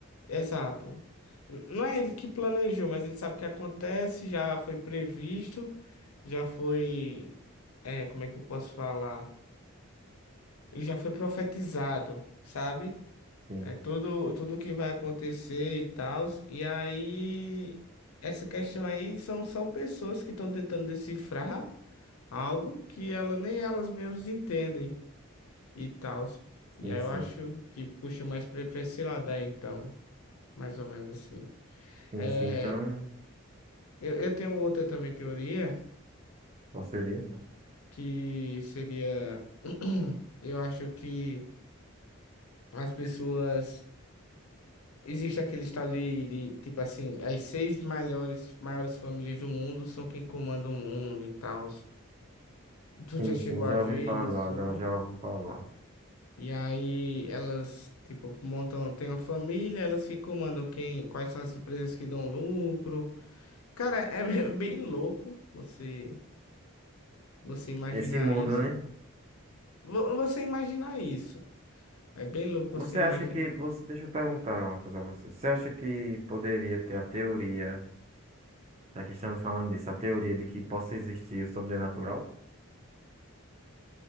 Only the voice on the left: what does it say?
Exato. N- Não é ele que planejou, mas ele sabe o que acontece, já foi previsto, já foi. É, como é que eu posso falar? Ele já foi profetizado, sabe?
É tudo, tudo que vai acontecer e tal. E aí, essa questão aí são só pessoas que estão tentando decifrar algo que ela, nem elas mesmas entendem e tal. E
aí
eu acho que puxa mais pra pra esse lado aí, então, mais ou menos assim.
É,
eu, eu tenho outra também teoria,
que seria, <clears throat> eu acho que as pessoas. Existe aquele estado de, de, tipo assim, as seis maiores, maiores famílias do mundo são quem comanda o mundo e tal. Tu
já
chegou
a ver
isso sobre?
E aí elas, tipo, montam, tem uma família, elas que comandam quem, quais são as empresas que dão lucro. Cara, é <laughs> bem louco você, você imaginar
isso.
Vo- Você imaginar isso. É bem louco
você imaginar.